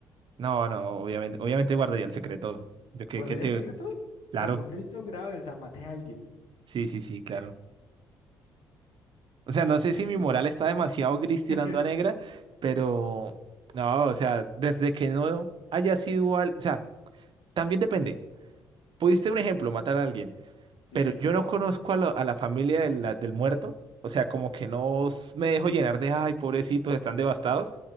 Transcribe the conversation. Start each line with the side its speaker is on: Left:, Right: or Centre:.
Right: No, no, obviamente, obviamente guardaría el secreto. Yo que,
Left: ¿Guardarías
Right: que te.
Left: el secreto? O
Right: Claro,
Left: sea, por un delito grave, o sea, maté a alguien.
Right: sí, sí, sí, claro. O sea, no
Left: ¿En
Right: sé
Left: serio?
Right: si mi moral está demasiado gris tirando
Left: <laughs>
Right: a negra, pero no, o sea, desde que no haya sido al. O sea, también depende. Pudiste,
Left: Sí,
Right: un ejemplo, matar a alguien,
Left: sí,
Right: pero
Left: sí.
Right: yo no conozco a, lo- a la familia del, la- del muerto. O sea, como que no s- me dejo llenar de, ay, pobrecitos, están devastados.